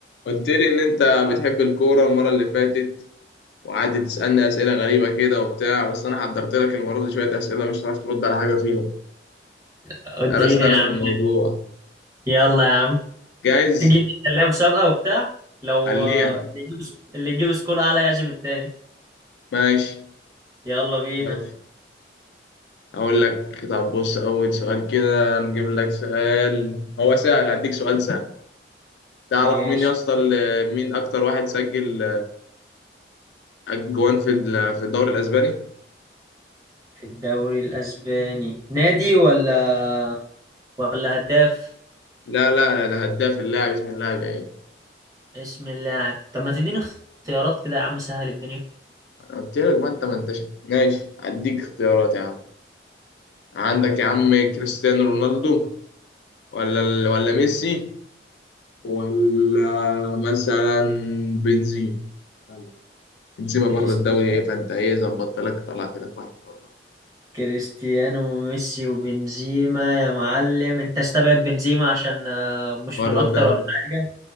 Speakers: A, on the left; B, on the right.
A: قلت لي ان انت بتحب الكوره المره اللي فاتت وقعدت تسالني اسئله غريبه كده وبتاع بس انا حضرت لك المره دي شويه اسئله مش هتعرف ترد على حاجه فيهم
B: اديني
A: درست انا
B: يا عم
A: في الموضوع
B: يلا يا عم
A: جاهز
B: تيجي نخليها مسابقة وبتاع لو
A: خليها
B: اللي يجيب اللي يجيب سكور اعلى يعزم التاني
A: ماشي
B: يلا بينا
A: ماشي اقول لك طب بص اول سؤال كده نجيب لك سؤال هو سهل هديك سؤال سهل تعرف
B: ماشي
A: مين يا اسطى ال- مين اكتر واحد سجل اجوان في ال- في الدوري الاسباني
B: في الدوري الاسباني نادي ولا ولا هداف
A: لا لا لا ده هداف اللاعب اسم اللاعب ايه
B: اسم اللاعب طب ما تديني اختيارات كده يا عم سهل الدنيا
A: انا قلت لك ما انت ما انتش ماشي هديك اختيارات يا عم عندك يا عم كريستيانو رونالدو ولا ال- ولا ميسي ولا مثلا بنزيما يلا. بنزيما بره
B: كريستيانو
A: الدوري ايه فانت ايه ظبطت لك طلعت لك واحد بره
B: كريستيانو وميسي وبنزيما يا معلم انت استبعد بنزيما عشان آه، مش
A: بره
B: من اكتر
A: الدوري
B: ولا حاجة